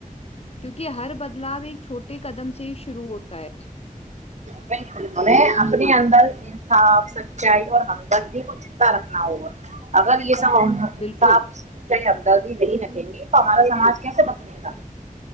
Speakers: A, on the left; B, on the right.
A: کیونک ہر بدلاؤ ایک چھوٹے قدم سے ہی شروع ہوتا ہے
B: پینٹ ان اپنی
A: ہاں
B: اندر صف سچائی اور ہمدردی کو چندتا رکھنا ہوگا اگر یہ سب
A: بالکل
B: سےدر نہیں رکھیں گے تو ہمارا سماج کیسے بدلے گا